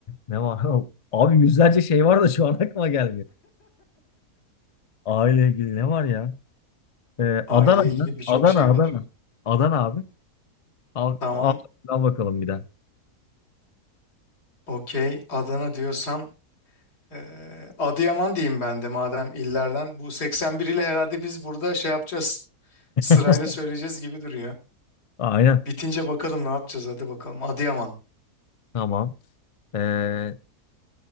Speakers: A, on the left; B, on the left.
A: ne var? <laughs> Abi yüzlerce şey var da şu an aklıma gelmiyor. A ile ilgili ne var ya? Ee,
B: Aile
A: Adana
B: ilgili
A: ya.
B: birçok
A: Adana,
B: şey
A: Adana.
B: var.
A: Adana abi. Al,
B: Tamam,
A: al, al bakalım bir daha.
B: okey. Adana diyorsan eee, Adıyaman diyeyim ben de madem illerden. Bu 81 ile herhalde biz burada şey yapacağız.
A: <laughs>
B: Sırayla söyleyeceğiz gibi duruyor.
A: Aynen.
B: Bitince bakalım ne yapacağız hadi bakalım. Adıyaman,
A: Tamam. Ee,